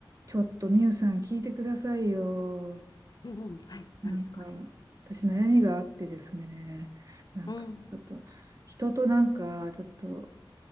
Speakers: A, on the right; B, on the left.
A: ちょっとミュウさん聞いてくださいよ。
B: うんうん、はい、
A: なんか、
B: 何ですかね。
A: 私悩みがあってですね。なんか、
B: うん、
A: ちょっと、人となんか、ちょっと、